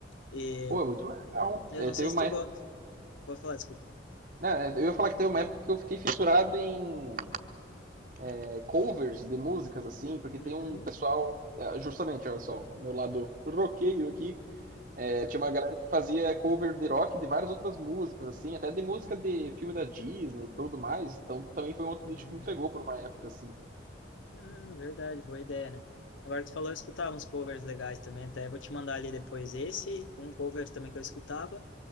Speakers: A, on the left (about 85°); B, on the right (about 45°).
A: E
B: Pô, é muito legal.
A: eu
B: É,
A: não
B: teve
A: sei
B: uma
A: se tu
B: época.
A: gosta. Pode falar, desculpa.
B: né, eu ia falar que teve uma época que eu fiquei fissurado em é, covers de músicas, assim, porque
A: Uhum,
B: tem um pessoal. é, Justamente, olha só, meu lado roqueiro aqui. É, tinha uma galera que fazia cover de rock de várias outras músicas, assim, até de música de filme da Disney e tudo mais. Então também foi um outro nicho
A: uhum.
B: que me pegou por uma época, assim.
A: Ah, verdade, boa ideia, né? Agora tu falou, eu escutava uns covers legais também, até vou te mandar ali depois esse, um cover também que eu escutava.